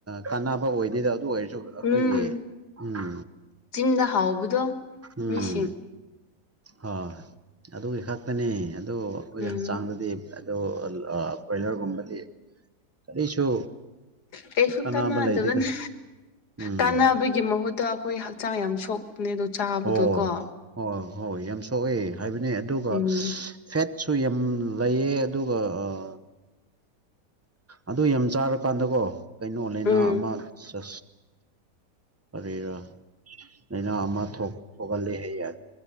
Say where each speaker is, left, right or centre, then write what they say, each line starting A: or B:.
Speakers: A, on the right; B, on the left.
A: ꯀꯥꯟꯅꯕ ꯑꯣꯏꯗ‌ꯦꯗ ꯑꯗꯨ ꯑꯣꯏꯔ ꯑꯩꯈꯣꯏꯒꯤ
B: ꯎꯝ
A: ꯎꯝ
B: ꯆꯤꯟꯗ ꯍꯥꯎꯕꯗꯣ
A: ꯎꯝ
B: ꯃꯤꯁꯤꯡ
A: ꯍꯣꯏ ꯑꯗꯨꯒꯤ ꯈꯛ ꯈꯛꯇꯅꯤ ꯑꯗꯣ ꯑꯩꯈꯣꯏꯒꯤ
B: ꯎꯝ
A: ꯍꯛꯆꯥꯡꯗꯗꯤ ꯐꯠ ꯗ‌ꯣ ꯕ꯭ꯔꯣꯏꯂ꯭ꯔꯒꯨꯝꯕꯗꯤ ꯀꯔꯤꯁꯨ
B: ꯀꯩꯁꯨ
A: ꯀꯥꯟꯅꯕ
B: ꯀꯥꯟꯅꯗꯕꯅꯦ
A: ꯂꯩꯇꯦꯗ ꯎꯝ
B: ꯀꯥꯟꯅꯕꯩ ꯒꯤ ꯃꯍꯨꯠꯇ ꯑꯩꯈꯣꯏ ꯍꯛꯆꯥꯡ ꯌꯥꯝ ꯁꯣꯛꯄꯅꯦ ꯑꯗꯣ ꯆꯥꯕꯗꯣ
A: ꯍꯣꯏ
B: ꯀꯣ
A: ꯍꯣꯏ ꯍꯣꯏ ꯌꯥꯝ ꯁꯣꯛꯑꯦ ꯍꯥꯏꯕꯅꯦ ꯑꯗꯨꯒ
B: ꯎꯝ
A: ꯐꯦꯠꯁꯨ ꯌꯥꯝ ꯂꯩꯌꯦ ꯑꯗꯨꯒ ꯑꯥ ꯑꯗꯨ ꯌꯥꯝ ꯆꯥꯔꯀꯥꯟꯗꯀꯣ ꯀꯩꯅꯣ ꯂꯩꯥꯅꯥ
B: ꯎꯝ
A: ꯑꯃ ꯆ ꯀꯔꯤꯔ ꯂꯥꯏꯅꯥ ꯑꯃ ꯊꯣꯛ ꯊꯣꯛꯍꯜꯂꯤ ꯍꯩꯌ‌ꯦ